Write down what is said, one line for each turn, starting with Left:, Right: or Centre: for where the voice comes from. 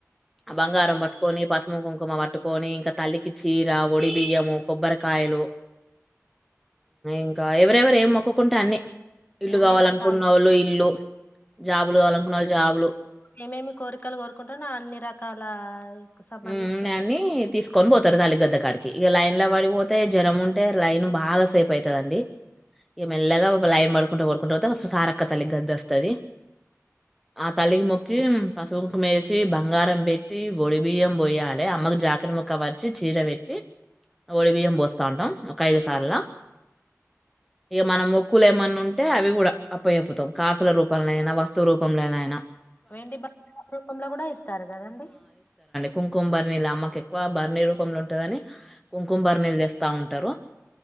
Centre: ఆ బంగారం పట్టుకొని, పసుపు, కుంకుమ పట్టుకొని ఇంకా తల్లికి చీర ఓడి బియ్యము కొబ్బరికాయలు ఇంకా ఎవరెవరు ఏం మొక్కుకుంటే అన్ని ఇళ్లు
Left: ఇగ అన్ని
Centre: కావాలనుకునోళ్ళు
Left: రకాలు
Centre: ఇల్లు జాబులు కావాలనుకున్నోళ్ళు జాబులు.
Left: ఏమేమి కోరికలు కోరుకుంటా నా అన్ని రకాల సంబంధించిన
Centre: ఉన్నయి అన్ని కొని పోతారు తల్లిగద్ద కాడికి ఇక లైన్ లో పడిపోతే జనం ఉంటే లైన్ బాగా సేపు అవుతుందిండి ఇక మెల్లగా లైన్ పడుకుంటూ పడుకుంట పోతే సారక్క తల్లి గద్ద వస్తుంది ఆ తల్లికి మొక్కి పసుపుకు మేచి బంగారం పెట్టి బడి బియ్యం పోయాలి అమ్మకు జాకర ముక్క వరిచి చీర పెట్టి ఒడి బియ్యం పోస్తూ ఉంటాం ఒక ఐదు సార్ల ఇక మనం మొక్కులు ఏమైన్నా ఉంటే అవి కూడా అప్పయిపోతాం కాసుల రూపంలో అయినా వస్తువు రూపంలోనయినా
Left: వెండి బ రూపంలో కూడా ఇస్తారు కదండి
Centre: కుంకుమార్ నళ అమ్మ ఎక్కువ బరి రూపంలో ఉంటని కుంకుమరి నీళ్లు చేస్తా ఉంటారు